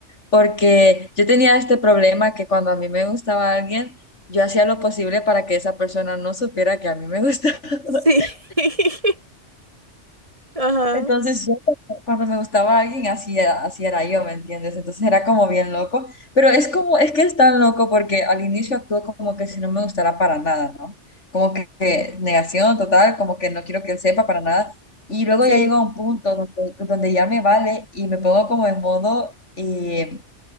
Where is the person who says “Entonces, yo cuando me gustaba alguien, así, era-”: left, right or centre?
Left